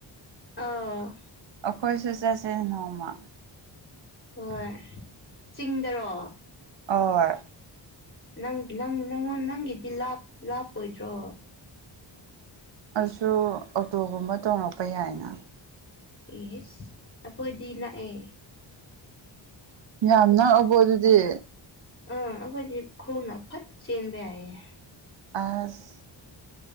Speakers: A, on the left; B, on the right.
A: ꯑ
B: ꯑꯩꯈꯣꯏꯁꯨ ꯆꯠꯁꯦ ꯅꯣꯡꯃ
A: ꯍꯣꯏ ꯆꯤꯡꯗꯔꯣ
B: ꯑꯣ
A: ꯅ ꯅꯪ ꯅꯪꯉꯣꯟ ꯅꯪꯒꯤꯗꯤ ꯂꯥꯞꯄꯣꯏꯗ꯭ꯔꯣ
B: ꯑꯗꯨ ꯑꯣꯇꯣꯒꯨꯝꯕ ꯇꯣꯡꯔꯛꯄ ꯌꯥꯏꯅ
A: ꯌꯦꯁ ꯑꯩꯈꯣꯏꯗꯤ ꯅꯥꯛꯑꯦ
B: ꯌꯥꯝ ꯛꯑꯕꯣ ꯑꯗꯨꯗꯤ
A: ꯑꯥ ꯑꯩꯈꯣꯏꯗꯤ ꯈꯨꯣꯡꯅ ꯐꯠ ꯆꯦꯟꯕ ꯌꯥꯏꯌꯦꯦ
B: ꯑꯁ